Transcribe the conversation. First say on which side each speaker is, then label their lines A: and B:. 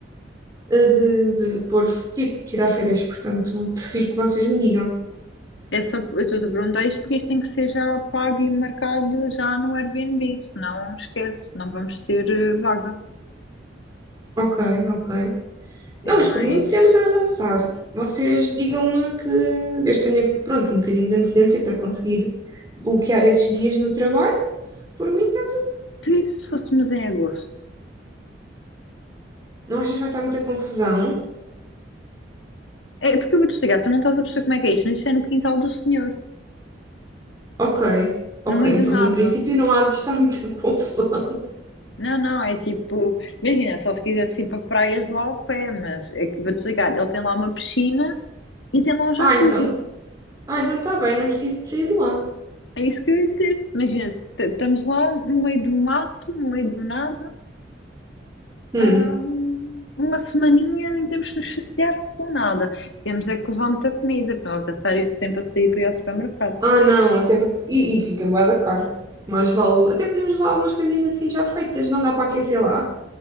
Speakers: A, on the right (about 20°); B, on the left (about 85°).
A: de, de pôr, tipo, tirar férias, portanto, prefiro que vocês me digam.
B: É só, eu estou-te a perguntar isto porque isto tem que ser já pago e marcado já no Airbnb, senão esquece, não vamos ter eh, vaga.
A: Ok, ok.
B: É
A: Não,
B: mais.
A: mas por mim podemos avançar. Vocês digam-me que eu tenha, pronto, um bocadinho de antecedência para conseguir bloquear esses dias no trabalho. Por mim, tá.
B: Tu e se fôssemos em agosto?
A: Não achas que vai estar muita confusão?
B: É porque eu vou te explicar, tu não estás a perceber como é que é isto, mas isto é no quintal do senhor,
A: Ok, ok,
B: no meio
A: então
B: do nada.
A: em princípio não há de estar muita <laughs> confusão.
B: Não, não, é tipo, imagina, só se quisesse ir para praias lá ao pé, mas é que vou desligar. Ele tem lá uma piscina e tem lá um jacuzzi.
A: Ah, então, ah, então está bem, não preciso de sair de lá.
B: É isso que eu ia dizer. Imagina, t- estamos lá no meio do mato, no meio do nada,
A: Hum.
B: há um- uma semaninha, nem temos que nos chatear com nada. Temos é que levar muita comida, porque não vamos estar sempre a sair para ir ao supermercado.
A: Ah, não, até porque. E, e fica bué da caro. Mais vale. Até podemos levar algumas coisinhas assim já feitas, não dá para aquecer lá.